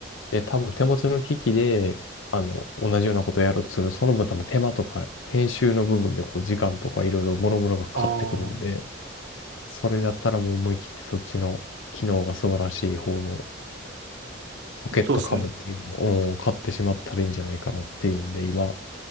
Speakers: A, on the left; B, on the right.
A: で、多分手持ちの機器で、あの、同じようなことをやろうとする、その分多分手間とか、編集の部分でこう、時間とかいろいろ諸々がかかってくるんで、
B: あー、
A: それだったらもう思い切ってそっちの機能が素晴らしい方のポケットカムっていうのを、
B: そうですね。
A: うん買ってしまったらいいんじゃないかなっていうんで、今、